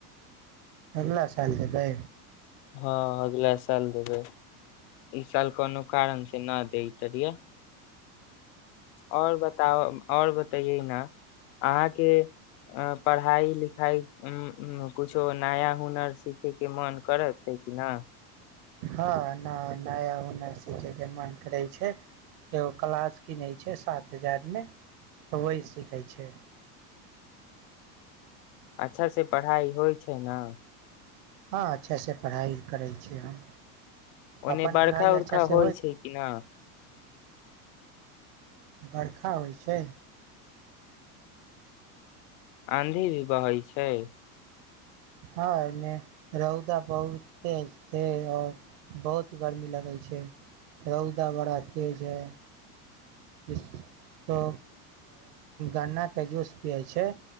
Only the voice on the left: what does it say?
हँ अगला साल देबै इ साल कोनो कारण से ना दैय <unintelligible> आओर बताउ आओर ब- तऽ य ना अहाँ के पढ़ाई लिखाई कुछो नया हुनर सीखै के मन करत हइ की ना
अच्छासे पढ़ाइ होइ छै न
ओन्ने
बरखा
उरखा
होइ छै की ना
आँधी भी बहै छै